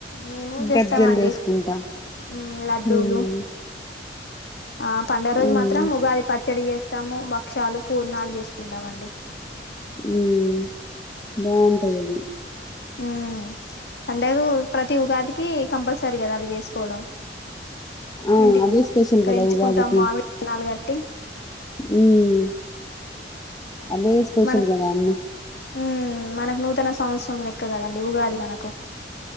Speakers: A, on the left; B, on the left.
A: మేము చేస్తామండి
B: గజ్జలు చేసుకుంటాం.
A: ఉమ్ లడ్డూలు.
B: హ్మ్.
A: ఆ పండగ రోజు
B: హ్మ్.
A: మాత్రం ఉగాది పచ్చడి చేస్తాము. బక్షాలు, పూర్ణాలు చేసుకుంటామండి.
B: ఉమ్ బావుంటయి అవి
A: ఉ పండేగు ప్రతి ఉగాదికి కంపల్సరీ కదా అవి చేసుకోవడం
B: ఆ!
A: ఇంటి
B: అవే స్పెషల్
A: కరించుకుంటాం
B: కదా ఉగాదికి.
A: మామిడి కణాలు గట్టి
B: ఉమ్ అవే స్పెషల్
A: మనకు
B: గదా అండి.
A: ఉమ్ మనకు నూతన సంవత్సరం లెక్క కదండి ఉగాది మనకు